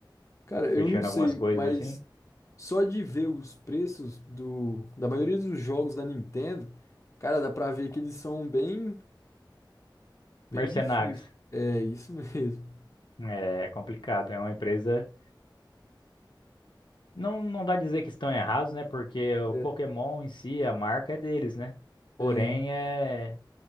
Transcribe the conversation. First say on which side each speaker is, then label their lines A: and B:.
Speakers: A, on the left (about 40°); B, on the left (about 70°).
A: Cara, eu
B: fechando
A: não sei,
B: algumas coisas
A: mas
B: assim.
A: só de ver os preços do, da maioria dos jogos da Nintendo, cara, dá pra ver que eles são bem, bem
B: Mercenários.
A: difíceis. É, isso <laughs> mesmo.
B: É é complicado, é uma empresa. Não, não dá dizer que estão errados, né? Porque o
A: É,
B: Pokémon em si, a marca é deles, né? Porém,
A: é,
B: é,